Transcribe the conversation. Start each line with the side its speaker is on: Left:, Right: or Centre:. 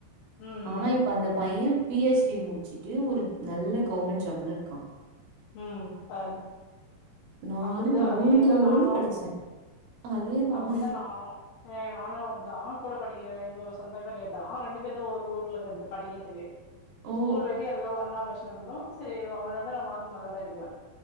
Left: ம்
Right: ஆனா இப்ப அந்த பைய பி ஹெச் டி முடிச்சுட்டு ஒரு நல்ல கவர்மெண்ட் ஜாப்ல இருக்கா
Left: ம் பாருங்
Right: நான்லாம்
Left: அப்டிதா அதேதா
Right: உழுந்து உழுந்து
Left: நாணு
Right: படிச்சேன். அதேதான்.
Left: அப்டிதா நாணு ஏ நானு அப்தா கூட படிக்கிற எங்க சொந்தக்காரிதா ரெண்டு பேர் தா ஒரு ஊர்ல இருக்குது படிக்கத்துக்கு
Right: ஓ!
Left: ஸ்கூல் வரி எல்லா ஒன்னா பச்சினு வந்தோ செரி அவனோட நா மார்க் நல்லாதா எடுக்குவே